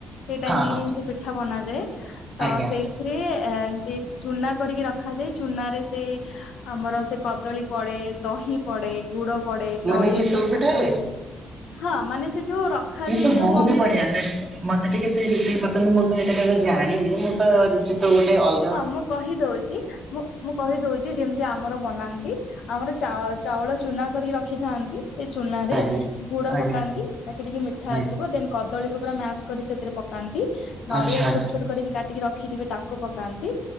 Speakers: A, on the left; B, on the right.
A: ସେଇ ଟାଇମରେ
B: ହଁ ହଁ
A: ହିଁ ସେ ପିଠା ବନାଯାଏ ତ
B: ଆଜ୍ଞା
A: ସେଇଥିରେ ଏମତି ଚୁନା କରିକି ର ରଖାଯାଏ ଚୁନାରେ ସେ ଆମର ସେ କଦଳୀ ପଡେ ଦହି ପଡେ ଗୁଡ ପଡେ
B: ମାନେ
A: ନଡ଼ିଆ
B: ଚିତଉ
A: ଛୋଟ
B: ପିଠାରେ
A: ଛୋଟ କରି ହଁ ମାନେ ସେ ଯୋଉ ରଖାଯାଏ
B: ଇଏ ତ
A: ଯୋଉ
B: ବହୁତ
A: କଣ
B: ବଢିଆ
A: କହି
B: ମତେ ଟିକେ ସେଇ ରେସିପି ବତାନ୍ତୁ ମୁଁ ତ ଏଇଟା କିନ୍ତୁ ଜାଣିନି ମୁଁ ତ କିଛି ତ ଗୋଟେ ଅଲ୍
A: ହଁ ମୁଁ କହିଦଉଛି ମୁଁ ମୁଁ କହିଦଉଛି ଚି ଯେମତି ଆମର ବନାନ୍ତି ଆମର ଚାଉ - ଚାଉଳ ଚୁନା କରିକି ରଖ୍ ରଖିଥାନ୍ତି ସେ ଚୁନାରେ
B: ଆଜ୍ଞା।
A: ଗୁଡ
B: ଆଜ୍ଞା
A: ପକାନ୍ତି ତାକି ଟିକେ ମିଠା
B: ଆଜ୍ଞା
A: ଆସିବ ଦେନ୍ କଦଳୀକୁ ପୁରା ମାସ୍ କରିିକି ସେଥିରେ ପକାନ୍ତି, ନଡିଆ
B: ଆଚ୍ଛା ଆଚ୍ଛା
A: ଛୋଟ ଛୋଟ କରି କାଟିକି ରଖିଥିବେ ତାକୁ ପକ୍ କାନ୍ତି